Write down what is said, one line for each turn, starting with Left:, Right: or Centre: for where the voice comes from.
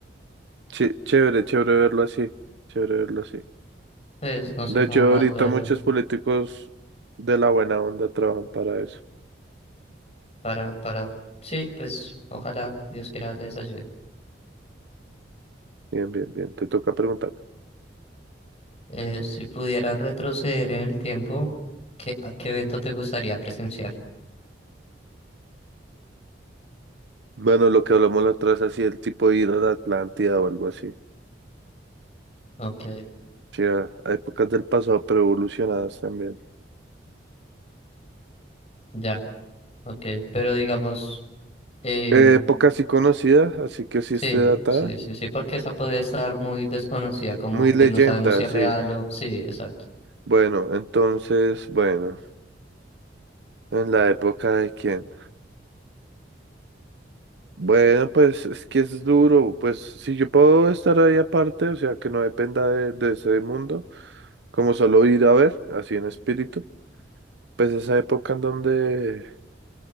Right: Ch- chévere, chévere verlo así. Chévere verlo así.
Left: Pues no
Right: De
Left: sé cómo
Right: hecho,
Left: más
Right: ahorita
Left: verlo.
Right: muchos políticos de la buena onda trabajan para eso.
Left: para, para, sí, pues ojalá Dios quiera les ayude.
Right: Bien, bien, bien. Te toca preguntar.
Left: Eh, si pudiera retroceder en el tiempo, ¿qué, a qué evento te gustaría presenciar?
Right: Bueno, lo que hablamos la otra vez, así el tipo de ir a la Atlántida o algo así.
Left: Ok,
Right: Sí, a a épocas del pasado, pero evolucionadas también.
Left: ya, ok, pero digamos, em,
Right: Eh, época sí conocida, así que sí
Left: sí,
Right: esté datada.
Left: sí, sí, sí, porque esa puede estar muy desconocida, como
Right: Muy leyenda,
Left: pues no sabemos si es
Right: sí.
Left: real o, sí, exacto.
Right: Bueno, entonces, bueno, en la época de quién. Bueno, pues es que es duro, pues si yo puedo estar ahí aparte, o sea, que no dependa de, de ese mundo, como solo ir a ver, así en espíritu, pues esa época en donde